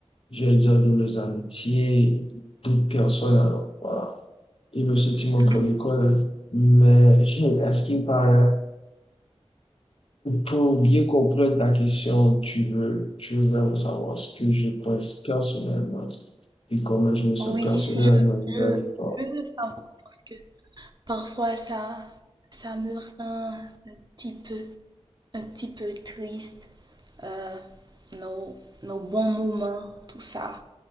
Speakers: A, on the left (about 60°); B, on the right (about 40°).
A: je vais dire, de nos amitiés, d'autres personnes alors, voilà. e no sentiment
B: Mhm.
A: pour l'école, mais à ce qui me paraît, pour bien comprendre ta question, tu veux, tu veux vraiment savoir ce que je pense personnellement et comment je me sens
B: Oui,
A: personnellement
B: je,
A: vis-à-vis
B: je,
A: de toi.
B: je veux savoir parce que parfois ça, ça me rend un petit peu, un petit peu triste. euh, nos, nos bons moments, tout ça.